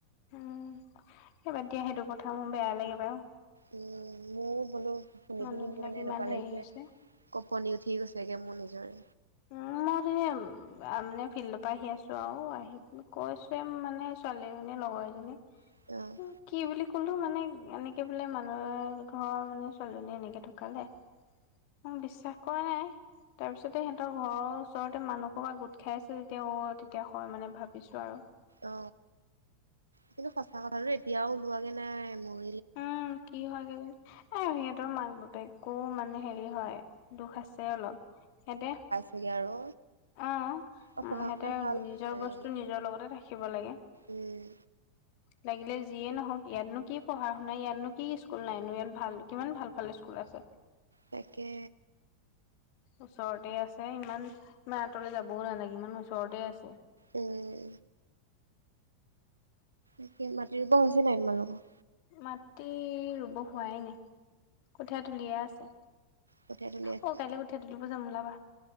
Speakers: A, on the left; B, on the right.
A: উম, এই বাদ দিয়া সেইটো কথা মোৰ বেয়া লাগে বাৰু।
B: উম মোৰ বোলো শুনি
A: মানুহ
B: পিনি মোৰ
A: বিলাক
B: মানে
A: ইমান
B: এনেকুৱা
A: হেৰি
B: লাগিছে
A: হৈছে
B: কপনি উঠি গৈছেগে, মোৰ নিজৰে
A: উম মই সেয়া মানে ফিল্ডৰ পৰা আহি আছো আও আহি কৈছোঁ। প্ৰেম মানে ছোৱালী এজনী লগৰ এজনী
B: <inaudible>
A: কি বুলি ক'লো মানে এনেকে বোলে মানুহৰ ঘৰৰ মানে ছোৱালীজনীয়ে এনেকে ঢুকালে মোক বিশ্বাস কৰা নাই তাৰপিছতে সহ ত ত ঘৰৰ ওচৰতে মানুহসৰ বা পৰা গোট খাই আছে তেতিয়া তেতিয়া হয় মানে ভাবিছো আৰু।
B: অ কিন্তু সঁচা কথাটো এতিয়াও ওলোৱাগে নাই মোৰ
A: উম কি হয় কি এ সিহঁতৰ মাক বাপেকো মানে হেৰি হয় দুখ আছে অলপ সিহঁতে
B: তেনেকে আৰু
A: অ',
B: অ
A: সিহঁতে
B: পঢ়া শুনাত ভাল
A: নিজৰ
B: হৈছে।
A: বস্তু নিজৰ লগতে থাকিব লাগে।
B: উম
A: লাগিলে যিয়ে নহওক ইয়াতনো কি পঢ়া শুনা ইয়াতনো কি স্কুল নাইনো ইয়াত ভাল কিমান ভাল ভাল স্কুল আছে।
B: তাকে
A: ওচৰতে আছে ইমান ইমান আঁতৰলে যাবও নালাগে ইমান ওচৰতে আছে।
B: উম। এয়া মাটি ৰুব হৈছে নাই তোমালোকৰ?
A: মাটি ৰুব হোৱাই নাই। কঠীয়া তুলিয়ে আছে
B: কঠীয়া তুলি আছে
A: অ কাইলে কঠীয়া তুলিব যাম ওলাবা।